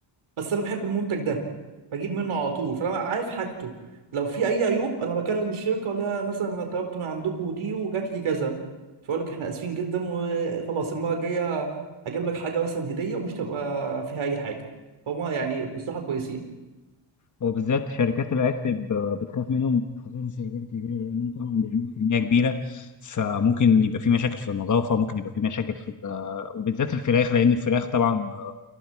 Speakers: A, on the right; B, on the left.
A: بس انا بحب المنتج ده بجيب منه على طول فانا عارف حاجته لو في اي عيوب انا بكلم الشركة ولا مثلا انا طلبت من عندكم دي وجات لي كذا فيقول لك احنا اسفين جدا وخلاص المرة الجاية هجيب لك حاجة مثلا هدية ومش تبقى فيها اي حاجة فهم يعني الصراحة كويسين
B: وبالذات شركات الاكل ب- بتخاف منهم خاصه شركات كبيره لانهم طبعا بيعملوا كميه كبيره فممكن يبقى في مشاكل في النظافه ممكن يبقى في مشاكل في ال- وبالذات الفراخ لان الفراخ طبعا آه،